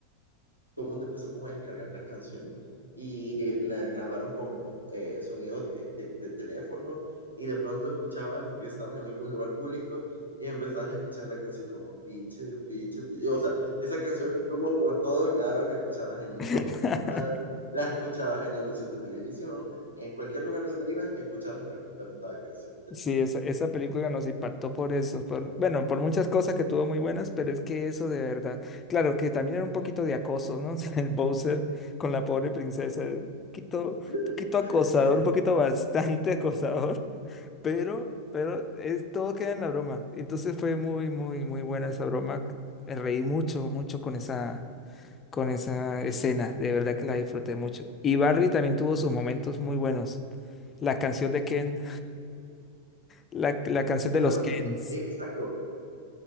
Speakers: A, on the right; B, on the left.
A: Todo el mundo empezó como a descargar la canción y eh, la grabaron como eh, sonido de, de, de teléfono y de pronto escuchabas que estabas en algún lugar público y empezabas a escuchar la canción como piche, piche, piche. O sea, esa canción estuvo por todos lados, la escuchabas en
B: <laughs>
A: tono de llamada, la escuchabas en anuncios de televisión, en cualquier lugar donde ibas, escuchabas la lamentada canción.
B: Sí, esa, esa película nos impactó por eso, por, bueno, por muchas cosas que tuvo muy buenas, pero es que eso de verdad, claro que también era un poquito de acoso, ¿no? <laughs> O sea, el Bowser con la pobre princesa, un poquito, un poquito
A: <laughs>
B: acosador, un poquito bastante <laughs> acosador, pero, pero es, todo queda en la broma. Entonces fue muy, muy, muy buena esa broma. Me reí mucho, mucho con esa, con esa escena, de verdad que la disfruté mucho. Y Barbie también tuvo sus momentos muy buenos. La canción de Ken. La, la canción
A: Creo
B: de los Kens.
A: que, exacto,